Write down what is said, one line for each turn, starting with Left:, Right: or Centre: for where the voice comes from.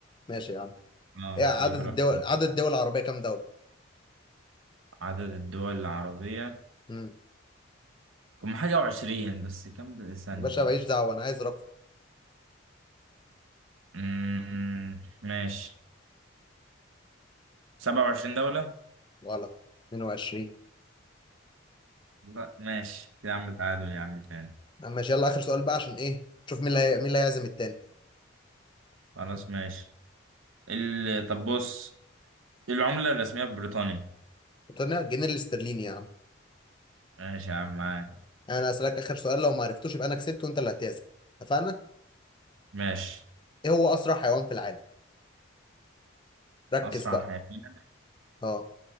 Left: ماشي يا عم
Right: اه
Left: ايه عدد
Right: كده في الأخير.
Left: الدول عدد الدول العربيه كام دوله
Right: عدد الدول العربية
Left: امم
Right: هم حاجة وعشرين بس كم بال- ثانية
Left: يا باشا ماليش دعوه انا عايز رقم
Right: امم ماشي سبعة وعشرين دولة
Left: غلط 22
Right: لا ماشي كده يا عم تعادل يا عم تاني
Left: أما ماشي يلا اخر سؤال بقى عشان ايه شوف مين اللي هي... مين اللي هيعزم التاني
Right: خلاص ماشي ال... طب بص إيه العملة الرسمية في بريطانيا
Left: قلت لنا الجنيه الاسترليني يا عم
Right: ماشي يا عم معاك
Left: انا اسالك اخر سؤال لو ما عرفتوش يبقى انا كسبت وانت اللي هتعزم اتفقنا
Right: ماشي
Left: ايه هو اسرع حيوان في العالم ركز
Right: أسرع
Left: بقى
Right: حيوان
Left: اه